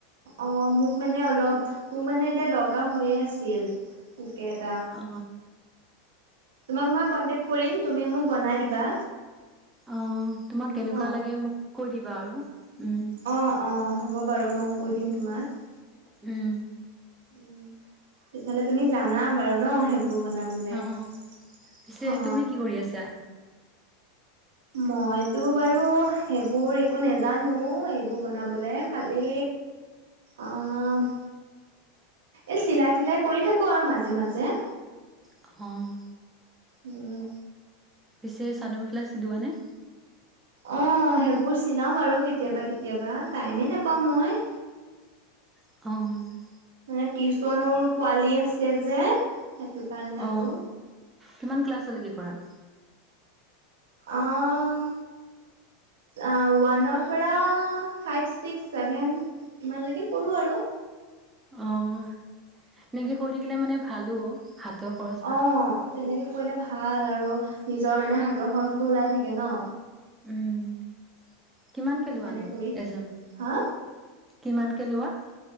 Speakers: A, on the right (about 70°); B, on the right (about 20°).
A: অঁ, মোক মানে অলপ মোৰ মানে এতিয়া দৰকাৰ হৈয়ে আছিল বুকেট,
B: অ
A: তোমাক মই কন্টেক কৰিম তুমি মোক বনাই দিবা।
B: অঁ, তোমাক কেনেকুৱা
A: ন
B: লাগে মোক কৈ দিবা আৰু উম!
A: অঁ, অঁ, হ'ব বাৰু মই কৈ দিম তোমাক!
B: উম
A: উম, তেতিয়াহ'লে তুমি জানা বাৰু ন সেইবোৰ, বোৰ বনাবলৈ
B: অ পিছে
A: অ
B: তুমি কি কৰি আছা
A: মইতো বাৰু সেইবোৰ একো নাজানো এইবোৰ বনাবলে, খালে, অঁ, এ চিলাই তিলাই কৰি থাকো আৰু মাজে মাজে,
B: অঁ
A: উম
B: পিছে চাদৰ মেখেলা চিলোৱা নে!
A: অঁ, সেইবোৰ চিলাওঁ বাৰু কেতিয়াবা কেতিয়াবা টাইমেই নাপাওঁ মই!
B: অঁ
A: মানে টিউচনৰ পোৱালি আছে যে সেইটো কাৰণে
B: অ
A: আৰু,
B: কিমান ক্লাছলৈকে কৰা?
A: অঁ আঁ, ওৱানৰ পৰা ফাইভ ছিক্স ছেভেন, ইমানলৈকে কৰো আৰু,
B: অঁ, এনেকে
A: উম
B: কৈ থাকিলে মানে ভালো হাতৰ খৰচ,
A: অ তেনেকে কৰিলে ভাল আৰু নিজৰ মানে হাতৰ খৰচটো ওলাই থাকে ন
B: উম কিমানকে
A: সেইটো
B: লোৱা
A: কাৰণে
B: নো
A: কৰি থাক
B: এজনক
A: হা
B: কিমানকে লোৱা